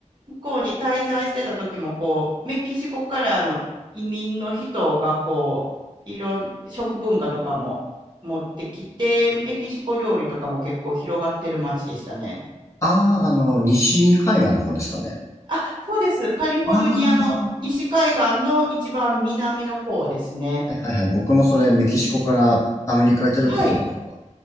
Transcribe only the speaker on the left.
ああ、あの、西海岸の方ですかね。
ああ、はいはい。僕もそれメキシコからアメリカ行った時行きました。